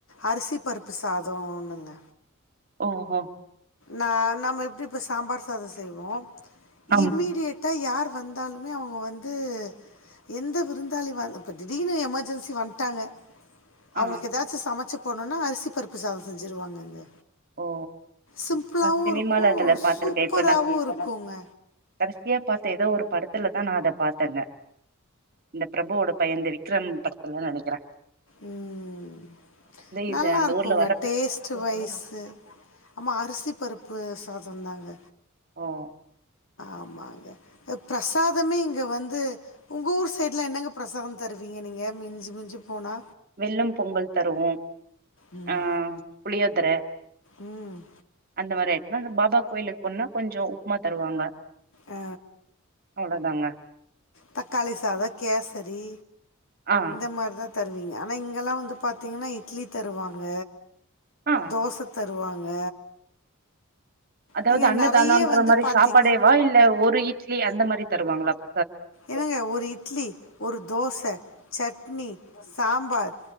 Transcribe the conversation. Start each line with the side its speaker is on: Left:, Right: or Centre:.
Left: அரிசி பருப்பு சாதோ ஒன்னுங்க
Right: ஓஹோ
Left: நா-நம்ப எப்டி இப்ப சாம்பார் சாதோ செய்வோ
Right: ஆம்
Left: இம்மீடியட் டா யார் வந்தாலுமே அவங்க வந்து எந்த விருந்தாளி வ இப்ப திடீர்னு எமெர்ஜென்சி வந்ட்டாங்க அவங்களுக்கு
Right: ஆ
Left: ஏதாச்சு சமைச்சு போனோனா அரிசி பருப்பு சாதோ செஞ்சுருவாங்கங்க
Right: ஓ
Left: சிம்பிளாகவும்
Right: நா சினிமால
Left: இருக்கும்
Right: அதுல பாத்திருக்கேன்
Left: சூப்பராகவும்
Right: இப்ப நா
Left: இருக்குங்க
Right: கடைசியா பாத்த ஏதோ ஒரு படத்துலதா நா அத பாத்தங்க இந்த பிரபுவோட பைய இந்த விக்ரம் படத் இல்ல நெனக்கிறே
Left: ம்
Right: இது
Left: நல்லா
Right: அந்த
Left: இருக்குங்க
Right: ஊர்ல
Left: டேஸ்ட் வைஸ் ஆமா அத் அரிசி பருப்பு சாததாங்க
Right: வர்றவங்களுக்கு
Left: ஆமாங்க அ பிரசாதமே இங்க வந்து உங்க ஊர் சைட்ல என்னங்க பிரசாதம் தருவீங்க நீங்க மிஞ்சு-மிஞ்சு போனா
Right: வெல்லம் பொங்கல் தருவோ
Left: ம்
Right: ஆ புளியோதர
Left: ம்
Right: அந்த மாரி எடத்துல பாபா கோயிலுக்கு போனா கொஞ்ச உப்மா தருவாங்க
Left: ஆ
Right: அவ்ளோ தாங்க
Left: தக்காளி சாதோ கேசரி
Right: ஆ
Left: இந்த மாரிதா தருவீங்க ஆனா இங்கெல்லா வந்து பாத்தீங்கன்னா இட்லி தருவாங்க
Right: ஆ
Left: தோசத்த தருவாங்க
Right: அதாவது
Left: நீங்க
Right: அன்னதானன்ற
Left: நெறைய வந்து
Right: மாரி
Left: பார்த்தீங்க
Right: சாப்பாடேவா இல்ல ஒரு இட்லி அந்த மாரி தருவாங்களாக்
Left: என்னங்க ஒரு இட்லி ஒரு தோச சட்னி சாம்பார்